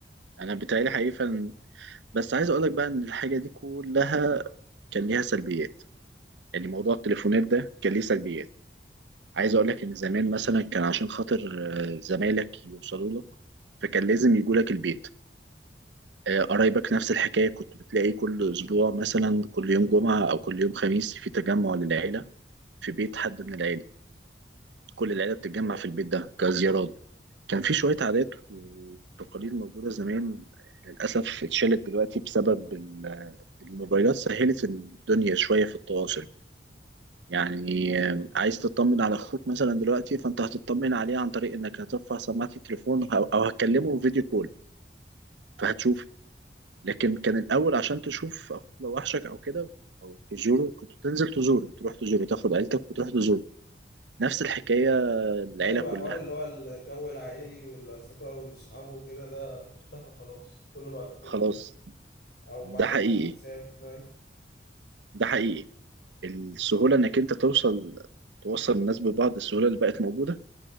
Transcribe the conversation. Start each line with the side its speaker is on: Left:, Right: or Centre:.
Right: انا بتهيألي حقيقي فعلا بس عايز اقول لك بقى ان الحاجه دي كلها كان ليها سلبيات يعني موضوع التليفونات ده كان ليه سلبيات عايز اقول لك ان زمان مثلا كان عشان خاطر آه، زمايلك يوصلوا لك فكان لازم يجوا لك البيت آه، قرايبك نفس الحكايه كنت بتلاقي كل اسبوع مثلا كل يوم جمعه او كل يوم خميس في تجمع للعيله في بيت حد من العيله كل العيله بتتجمع
Left: طب.
Right: في البيت ده كزيارات كان في شويه عادات وتقاليد موجوده زمان للاسف اتشالت دلوقتي بسبب ال- الموبايلات سهلت الدنيا شويه في التواصل يعني آه، عايز تطمن على اخوك مثلا دلوقتي فانت هتطمن عليه عن طريق انك هترفع سماعة التليفون او أو هتكلمه فيديو كول فهتشوف لكن كان الاول عشان تشوف اخوك لو وحشك او كده او تزوره كنت تنزل تزوره تروح تزوره تاخد عيلتك وتروح تزوره نفس الحكاية العيلة
Left: أيوه
Right: كلها
Left: حوار اللي هو الجو العائلي والأصدقاء والصحاب وكده ده اختفى خلاص كله بقى بالتليفون
Right: خلاص
Left: بقى أو
Right: ده
Left: بعت
Right: حقيقي
Left: لي على الواتساب فاهم
Right: ده حقيقي السهولة انك انت توصل توصل الناس ببعض السهولة اللي بقت موجودة